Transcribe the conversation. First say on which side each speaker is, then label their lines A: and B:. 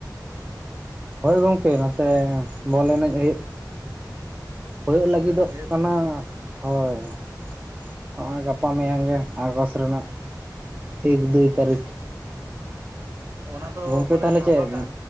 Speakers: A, on the right; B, on the right.
A: ᱦᱳᱭ ᱜᱚᱢᱠᱮ ᱱᱚᱛᱮ ᱵᱚᱞ ᱮᱱᱮᱡ ᱦᱩᱭᱩᱜ᱾ ᱦᱳᱭᱳᱜ
B: ᱵᱚᱞ
A: ᱞᱟᱹᱜᱤᱫᱚᱜ
B: ᱮᱱᱮᱡ ᱦᱩᱭᱩᱜ
A: ᱠᱟᱱᱟ ᱾ ᱦᱳᱭ <inaudible> ᱱᱚᱜᱼᱚᱭ ᱜᱟᱯᱟ ᱢᱤᱭᱟᱝ ᱜᱮ ᱟᱨ ᱵᱟᱥ ᱨᱮᱱᱟᱜ ᱾ ᱮᱠ ᱫᱩᱭ ᱛᱟᱨᱤᱠ᱾
B: ᱟᱪᱪᱷᱟ ᱚᱱᱟ ᱫᱚ
A: ᱜᱚᱝᱠᱮ
B: ᱯᱟᱞᱮᱱ
A: ᱛᱟᱞᱦᱮ
B: ᱫᱷᱟᱢᱟᱠᱟ
A: ᱪᱮᱜ